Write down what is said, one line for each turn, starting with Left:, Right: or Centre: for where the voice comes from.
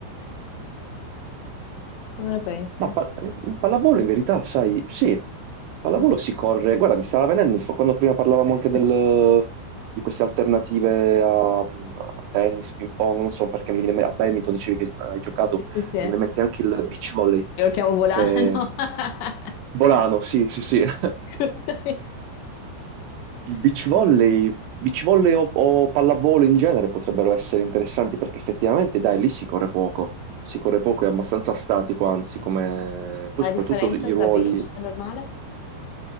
Left: Cosa ne pensi?
Right: ma pa- pallavolo in verità, sai, sì, pallavolo
Left: Mm.
Right: si corre. Guarda, mi stava venendo, in fa- quando prima parlavamo
Left: <laughs>
Right: anche del- di queste alternative a, a tennis, ping pong, non so perché mi viene in me- a badminton dicevi che hai giocato,
Left: Sì, sì, sì.
Right: mi viene in mente anche il beach volley,
Left: Io lo chiamo volano.
Right: che...
Left: <laughs>
Right: Volano, sì, sì, sì. <laughs>
Left: Scusami.
Right: Il beach
Left: Sì.
Right: volley, beach volley o, o pallavolo in genere potrebbero essere interessanti perché effettivamente, dai, lì si corre poco. Si corre poco, è abbastanza statico, anzi, come... Poi
Left: Ma
Right: soprattutto
Left: la differenza
Right: i
Left: tra
Right: ruoli...
Left: beach e normale?